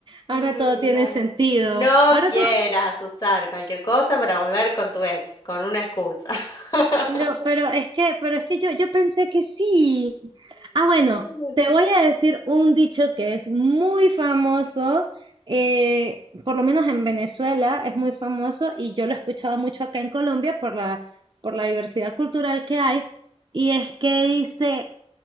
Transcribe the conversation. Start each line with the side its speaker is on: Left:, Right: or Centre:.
Right: Ahora
Left: Mm,
Right: todo tiene
Left: No,
Right: sentido.
Left: no
Right: Ahora
Left: quieras
Right: todo.
Left: usar cualquier cosa para volver con tu ex, con una excusa. <laughs>
Right: Pero, pero es que, pero es que yo, yo pensé que sí. Ah, bueno,
Left: Es
Right: te
Left: así.
Right: voy a decir un dicho que es muy famoso. eh, por lo menos en Venezuela es muy famoso y yo lo he escuchado mucho acá en Colombia por la, por la diversidad cultural que hay. Y es que dice.